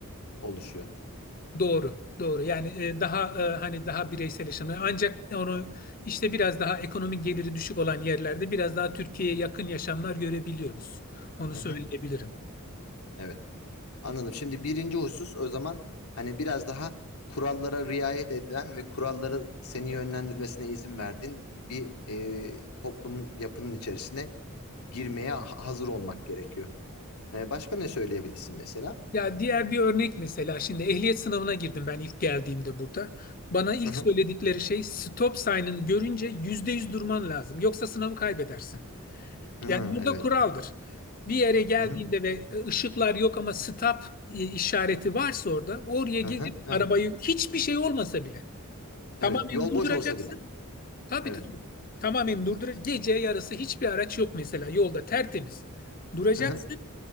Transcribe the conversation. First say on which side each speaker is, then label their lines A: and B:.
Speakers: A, on the left (about 85°); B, on the left (about 40°).
A: oluşuyor.
B: Doğru, doğru. Yani e, daha e, hani daha bireysel yaşamı. Ancak onu işte biraz daha ekonomik geliri düşük olan yerlerde biraz daha Türkiye'ye yakın yaşamlar görebiliyoruz. Onu söyleyebilirim.
A: Hı hı. Evet. Anladım. Şimdi birinci husus o zaman hani biraz daha kurallara riayet edilen ve kuralları seni yönlendirmesine izin verdiğin bir e, toplumun yapının içerisine girmeye ha- hazır olmak gerekiyor. Ee, başka ne söyleyebilirsin mesela?
B: Ya diğer bir örnek mesela şimdi ehliyet sınavına girdim ben ilk geldiğimde burada. Bana ilk
A: Hı hı.
B: söyledikleri şey stop sign'ını görünce yüzde yüz durman lazım. Yoksa sınavı kaybedersin.
A: Hı,
B: Yani burada
A: evet.
B: kuraldır. Bir yere geldiğinde
A: Hı hı.
B: ve e, ışıklar yok ama stop e, işareti varsa orada oraya
A: Hı
B: gelip
A: hı. Evet.
B: arabayı hiçbir şey olmasa bile Tamamen
A: Evet. Yol
B: durduracaksın.
A: boş olsa bile.
B: Tabii
A: Evet.
B: tabii. Tamamen durduracaksın. Gece yarısı hiçbir araç yok mesela yolda tertemiz. Duracaksın.
A: Hı hı.